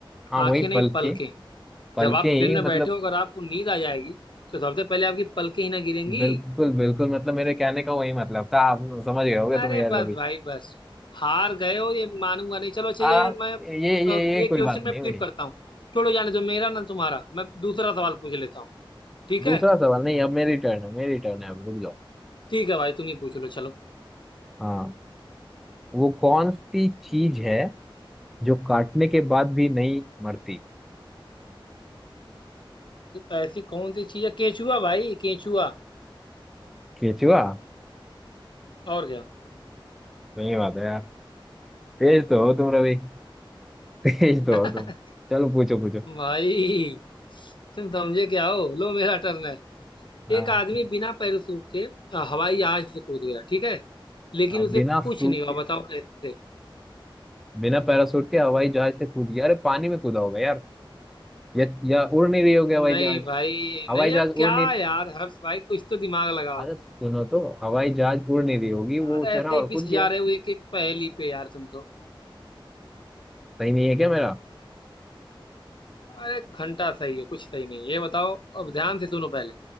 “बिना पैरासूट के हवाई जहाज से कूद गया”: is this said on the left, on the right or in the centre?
Centre